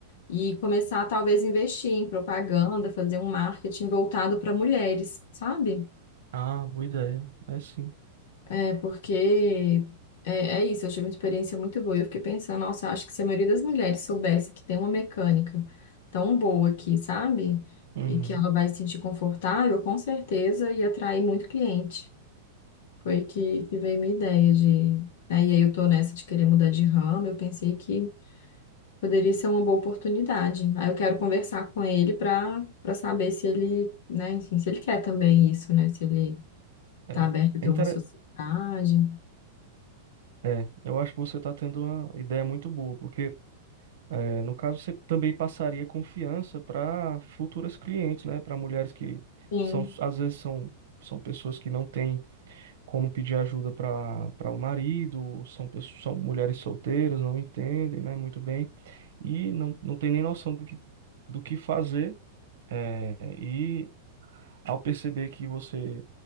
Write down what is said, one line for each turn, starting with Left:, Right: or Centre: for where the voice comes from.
Left: e começar, talvez, a investir em propaganda, fazer um marketing voltado para mulheres, sabe?
Right: Ah, boa ideia. É sim.
Left: É, porque é, é isso, eu tive uma experiência muito boa. E eu fiquei pensando, nossa, acho que se a maioria das mulheres soubesse que tem uma mecânica tão boa aqui, sabe?
Right: Uhum.
Left: E que ela vai se sentir confortável, com certeza ia atrair muito cliente. Foi que, que veio minha ideia de. né, E aí eu tô nessa de querer mudar de ramo, eu pensei que poderia ser uma boa oportunidade. Aí eu quero conversar com ele para para saber se ele, né, enfim, se ele quer também isso, né? Se ele
Right: É.
Left: tá aberto a ter
Right: É, intere-
Left: uma sociedade.
Right: é, eu acho que você está tendo uma ideia muito boa, porque é, no caso você também passaria confiança para futuras clientes, né? Para mulheres que
Left: Sim.
Right: são, às vezes são, são pessoas que não têm como pedir ajuda para para o marido, são, pessoas, são mulheres solteiras, não entendem, né, muito bem, e não, não tem nem noção do que, do que fazer. é, e ao perceber que você